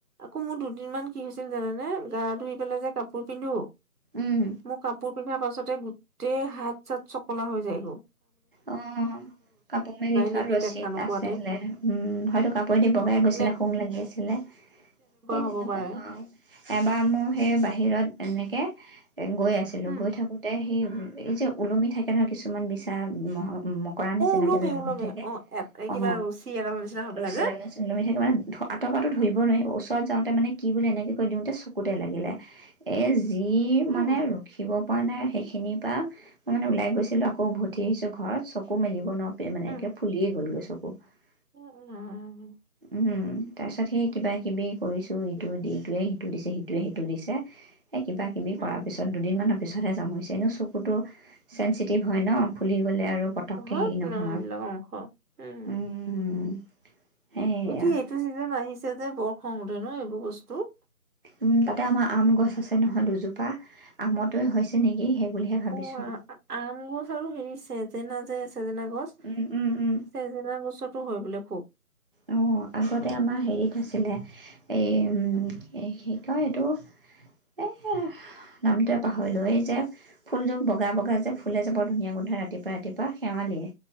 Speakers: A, on the right; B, on the right.
A: আকৌ মোৰ দুদিন মান কি হৈছিল জানানে জানো <unintelligible> লে যে কাপোৰ পিন্ধো।
B: উম
A: মোৰ কাপোৰ পিন্ধাৰ পাছতে গোটেই হাত চাত চকলা হৈ যায় গৈ।
B: অঁ, কাপোৰ মেলি থোৱা
A: নেকি
B: ৰচীত
A: দেখা নোপোৱাতে
B: আছিলে, উম হয়তো কাপোৰেদি বগাই গৈছিলে
A: নে
B: শুং লাগি আছিলে, সেই
A: হ'ব
B: তেনেকুৱা
A: পাৰে
B: হয়। এবাৰ মোৰ সেই বাহিৰত এনেকে এ গৈ আছিলো,
A: উম
B: গৈ থাকোতে সেই এই যে ওলমি থাকে নহয় কিছুমান বিচা <unintelligible> উম্ মকৰা নিচিনাকে
A: অ ওলমে
B: যে ওলমি
A: ওলমে
B: থাকে
A: অ এ
B: অঁ,
A: কিবা ৰছী এডাল নিচিনা হৈ পেলাই
B: ৰছীডালৰ
A: যে
B: <unintelligible> ওলমি থাকে মানে আতৰ পৰাটো ধৰিব নোৱাৰি ওচৰত যাওঁতে মানে কি বুলি এনেকে কৈ দিওঁতে চকুতে লাগিলে এ যি মানে
A: উম
B: ৰখিব পৰা নাই সেইখিনিৰ পৰা মই মানে ওলাই গৈছিলো আকৌ বহুত তি আহিছোঁ ঘৰত চকু মেলিব নোৱাৰো <unintelligible> মানে
A: উম
B: একে ফুলিয়ে গ'লগৈ চকু <unintelligible>
A: <unintelligible>
B: উম হম। তাৰপিছত সেই কিবাকিবি কৰিছোঁ, ইটো ইটোৱে সিটো দিছে সিটোৱে সিটো দিছে। এ কিবা কিবি
A: উম
B: কৰাৰ পিছত দুদিনমান তাৰপিছতহে যামৰিছে, এনেও চকুটো চেঞ্চিটিভ হয় ন ফুলি গ'লে আৰু পতককে
A: হওক
B: হেৰি নহয়,
A: ন সেইবিলাক অংশ উম
B: উম। সেয়া
A: এতিয়া এইটো চিজন আহিছে যে বৰ খং উঠে ন এইবোৰ বস্তু
B: উম তাতে আমাৰ আম গছ আছে নহয় দুজোপা আমত হৈছে নেকি সেই বুলিহে ভাবিছোঁ
A: অ আম গছ আৰু হেৰি যে যজিনা চজিনা গছ
B: উম, উম, উম,
A: চজিনা গছত হৈ বোলে খুব
B: অ', আগতে আমাৰ হেৰিত আছিলে এইম কি কয় এইটো এ নামটোৱে পাহৰিলো এই যে ফুলযোৰ বগা বগা যে ফুলে যে বৰ ধুনীয়া গোন্ধাই ৰাতিপুৱা ৰাতিপুৱা শেৱালিয়ে